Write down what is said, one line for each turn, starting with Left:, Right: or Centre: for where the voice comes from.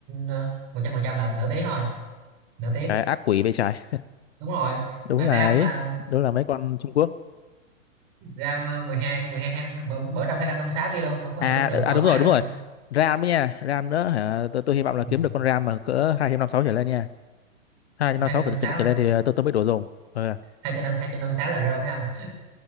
Right: ờ, một trăm phần trăm là nửa tiếng thôi nửa tiếng
Left: cái ác quỷ bên trái
Right: đúng rồi
Left: đúng
Right: mà
Left: là
Right: RAM
Left: ấy
Right: là
Left: đúng là mấy con Trung Quốc
Right: RAM ờ, mười hai mười hai- hai bổ, bổ trong 256 GB luôn ông có
Left: à
Right: thể lưu trữ
Left: đ- à
Right: thoải
Left: đúng
Right: mái
Left: rồi
Right: luôn
Left: đúng rồi RAM ấy nha RAM nữa hả tôi, tôi hy vọng là
Right: Ừ,
Left: kiếm được con RAM mà cỡ 256 trở lên nha 256
Right: hai trăm năm
Left: trở,
Right: mươi sáu
Left: trở, trở lên thì ờ, tôi tôi mới đủ dùng ờ
Right: hai trăm năm hai trăm năm mươi sáu là rơ phải không